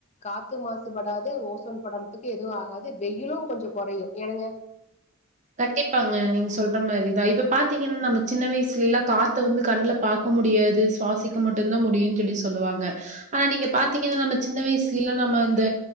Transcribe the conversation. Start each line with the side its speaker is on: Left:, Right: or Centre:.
Left: காத்து மாசுபடாது ஓசோன் படலோ இப்போதைக்கு எதுவு ஆகாது வெயிலு கொஞ்சோ கொறையு ஏனுங்க
Right: கண்டிப்பாங்க நீங்க சொல்ற மாரிதா பாத்திங்கன்னா நம்ம சின்ன வயசுல எல்லா காத்த வந்து கண்ல பாக்க முடியாது சுவாசிக்க மட்டுதா முடியுன்னு சொல்லி சொல்லுவாங்க ஆனா நீங்க பாத்திங்கன்னா நம்ம சின்ன வயசுலல்லா நம்ம இந்த